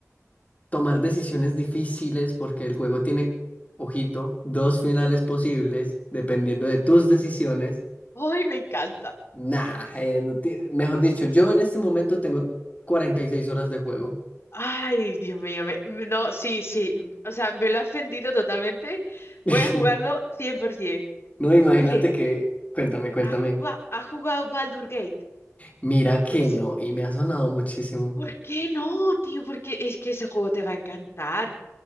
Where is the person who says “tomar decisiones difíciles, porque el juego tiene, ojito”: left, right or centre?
Left